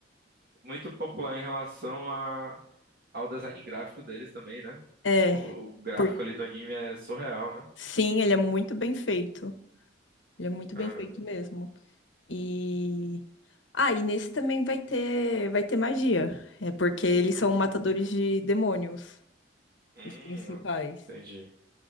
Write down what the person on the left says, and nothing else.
É,
por...
sim, ele é muito bem feito. Ele é muito
bem feito mesmo. E ah, e nesse também vai ter vai ter magia. É porque eles são matadores de demônios,
os principais.